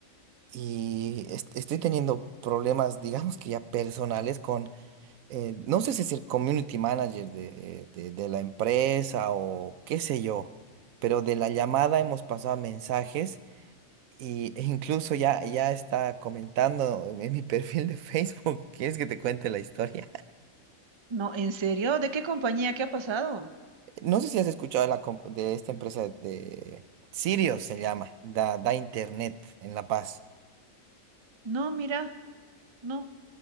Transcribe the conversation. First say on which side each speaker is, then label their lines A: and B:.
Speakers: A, on the right; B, on the right.
A: y est- estoy teniendo problemas, digamos que ya personales con, eh, no sé si es el community manager de, eh, de de la empresa o qué sé yo, pero de la llamada hemos pasado mensajes. Y e incluso ya, ya está comentando en mi <laughs> perfil de Facebook, <laughs> ¿quieres que te cuente la historia?
B: No, ¿en serio? ¿De qué compañía? ¿Qué ha pasado?
A: No sé si has escuchado la comp- de esta empresa de Sirius, se llama, da, da Internet en La Paz.
B: No, mira, no.